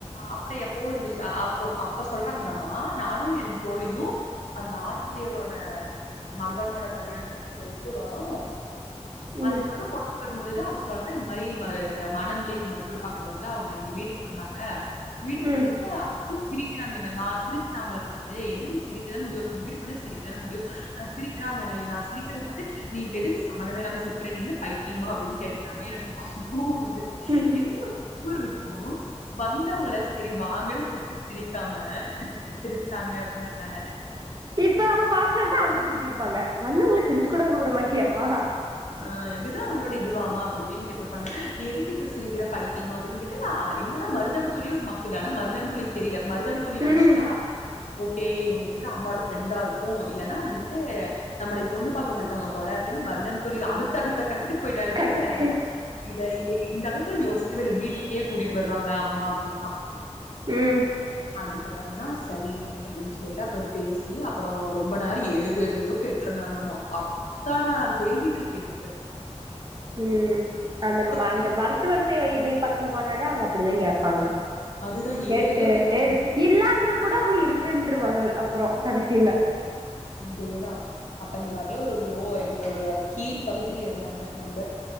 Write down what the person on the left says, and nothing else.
அப்றோ எப்போ ஒரு அப்போ அப்ப சொல்றாங்களாமா நானு என் தோழியு அந்த ஆசிரியரோட மகனோட கல்யாணத்துக்கு போயிட்டு வறோ
அதுக்கப்றோ வரும்போதுதா அவ சொல்றா இந்த மாரி ம இந்த மனநிலைக்கு மருத்துவருப்பக்கு வருவாங்கல்ல அவங்க எங்க வீட்டுக்கு வந்தாங்க வீட்டுக்கு
வந்துட்டு
சிரிக்கறாங்க நா சிரித்த அவங்கள பத்தி என்னடி சிரிக்கத மும் தம்பட்டுக்கு வந்து சிரிக்க த மும் சிரிக்கறாங்க என்னய நா சிரிக்கத பத்து நீ இப்ப எதுக்கு <unintelligible> சிரிக்கிறேனே நீ என்ன பைத்தியமா அப்டின்னு கேக்குறாங்க எனக்கு கோவம் வந்து
என்ன ஊர் இருக்கு வந்தவங்கள சரி வாங்கன்னு கூப்ட்டு சிரிக்காம சிரி சிரிச்சாங்க அப்டின்றனால
ஆ இதுதா உன்னோட இதுவாமா அப்டின்னு இப்டினு கேட்ருப்பாங்க நீ எதுக்கு இப்ப சிரிக்கற பைத்தியமா அப்டின்னு கே ட்டு ஆ என்னடா மருதானி தோழி ஒரு மக்கு தான மருதானி தோழிக்கு தெரில மருதானி தோழி நனச்சுட்டா
ஓகே இவங்க வந்துட்டு அம்மாவோட ஃப்ரெண்டா இருக்கு இல்லன்னா வந்துட்டு நம்மலய பொண்ணு பாக்க வந்துருக்காங்க போல அப்டின்னு மருதானி தோழி அடுத்த அடுத்த கட்டத்துக்கு போயிட்டாளே
தவிர இத இ ந்த அளவுக்குலா யோசிக்கவே இல்ல வீட்டுக்கே கூட்டிட்டு வருவங்க அம்மா அப்டின்லா
அதுக்கப்றந்தா சரி அப்டின்னு சொல்லிட்டு அப்பரோ பேசி அப்ரோ ரொம்ப நேரோ ஏது எது எதோ கெட் கேட்டிருந்தாங்கலாமா அத்தன கேள்விகள் கேட்ருக்குது
கேள்வி
அதுதா
ஏதேதோ கேட்டாங்கம்மா
அதேதா அப்ப இந்த மாரிலா ஒரு லோ இந்த ஒரு கீழ் பகுதியில இருந்தாங்க நண்பர்